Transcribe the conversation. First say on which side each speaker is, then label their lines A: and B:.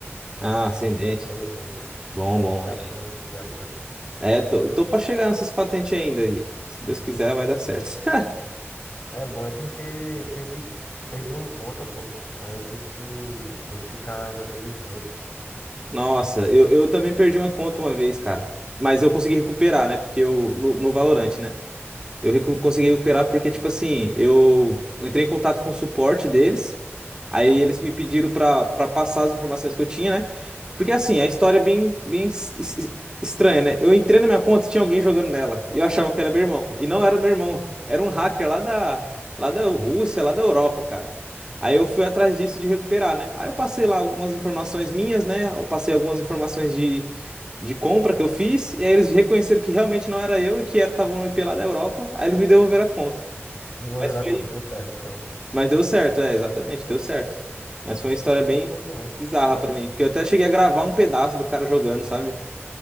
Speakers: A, on the right; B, on the left.
A: Ah, Ascendente.
B: Platina 3 aí.
A: Bom, bom.
B: Diamante, diamantes.
A: É, tô, tô pra chegar nessas patentes ainda aí. Se Deus quiser, vai dar certo. <laughs>
B: É bom, é porque eu perdi, co- perdi uma conta, pô. Aí eu tive que meio que ficar jogando de Smurf.
A: Nossa, eu, eu também perdi uma conta uma vez, cara. Mas eu consegui recuperar, né? Porque eu. No, no Valorant, né? Eu recu- consegui recuperar porque, tipo assim, eu entrei em contato com o suporte deles, aí eles me pediram pra para passar as informações que eu tinha, né? Porque, assim, a história é bem, bem es- es- estranha, né? Eu entrei na minha conta e tinha alguém jogando nela, e eu achava que era meu irmão, e não era meu irmão, era um hacker lá da, lá da Rússia, lá da Europa, cara. Aí eu fui atrás disso de recuperar, né? Aí eu passei lá algumas informações minhas, né? Eu passei algumas informações de compra que eu fiz, e aí eles reconheceram que realmente não era eu e que era estavam me pela da Europa, aí eles me devolveram a conta.
B: Devolver
A: Mas foi,
B: a conta deu certo, então.
A: mas deu certo, é, exatamente, deu certo. Mas foi uma história
B: Então
A: bem
B: foi bom.
A: bizarra pra mim, porque eu até cheguei a gravar um pedaço do cara jogando, sabe?